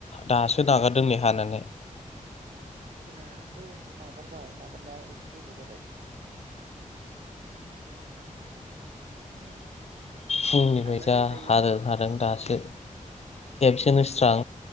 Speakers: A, on the left (about 50°); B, on the right (about 80°).
A: दासो नागारदों नै हानानै
B: जोंनाबो नागारबाय नागारनाया एसे गोबाव जाबाय। <unintelligible>
A: फुंनिफाय
B: थांनोसै
A: जा
B: दायो
A: हादों हादों दासो खेबसेनो स्रां